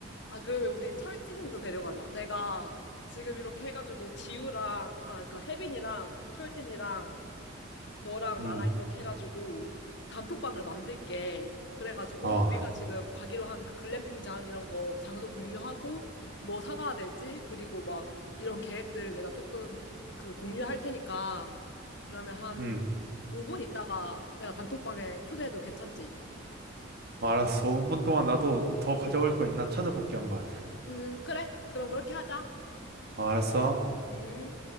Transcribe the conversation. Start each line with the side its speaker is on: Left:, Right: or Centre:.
Left: 아 그러면 우리 철진이도 데려가자. 내가 지금 이렇게 해가지고 지우랑 아 그러니까 혜빈이랑 철진이랑 너랑
Right: 음,
Left: 나랑 이렇게 해가지고 단톡방을 만들게. 그래가지고
Right: 어,
Left: 우리가 지금 가기로 한 그 글램핑장 이런 거 장소 공유하고 뭐 사가야 될지 그리고 막 이런 계획들 내가 조금 그 공유할 테니까 그러면 한
Right: 음,
Left: 5분 있다가 내가 단톡방에 초대해도 괜찮지?
Right: 어, 알았어. 5분 동안 나도 더 가져갈 거 있나 찾아볼게 한번.
Left: 음, 그래. 그럼 그렇게 하자.
Right: 어, 알았어.
Left: 음.